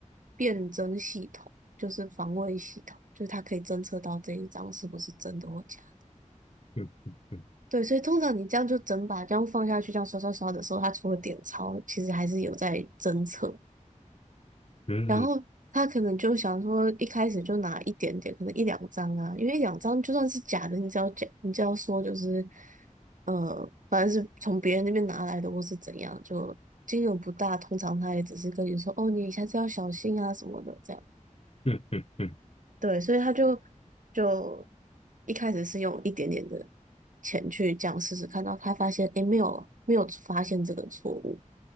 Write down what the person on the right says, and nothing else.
辨真系统，就是防伪系统，就是它可以侦测到这一张是不是真的或假。
对，所以通常你这样就整把这样放下去，这样刷刷刷的时候，他除了点钞，其实还是有在侦测。
然后他可能就想说，一开始就拿一点点，可能一两张啊，因为一两张就算是假的，你只要假，你只要说就是，呃，反正是从别人那边拿来的，或是怎样，就金额不大，通常他也只是跟你说，哦，你下次要小心啊什么的，这样。
对，所以他就就一开始是用一点点的钱去这样试试看，到他发现诶没有没有发现这个错误，